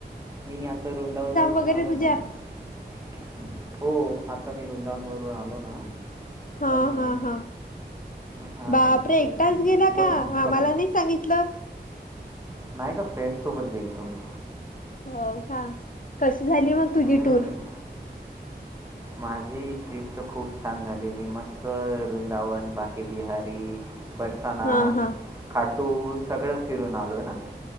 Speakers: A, on the right (about 15°); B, on the left (about 50°).
A: मी आता वृंदावनवरून
B: वगैरे
A: आलो
B: तुझ्या
A: ना. <inaudible> हो. आता मी वृंदावन वरून आलो ना?
B: हा
A: त मग
B: हा हा
A: हां
B: बापरे!
A: ते
B: एकटाच गेला
A: बस
B: का?
A: थकून
B: आम्हाला नाही सांगितलं?
A: नाही ग फ्रेंड सोबत गेल तो मी.
B: हो का? कशी झाली मग
A: तुम्ही
B: तुझी टूर.
A: माझी ट्रिप तर खूप छान झालीली. मी मस्त वृंदावन बाकीे बिहारी. बरसाणा,
B: हा हा
A: खाटू सगळं फिरून आलो आहे ना.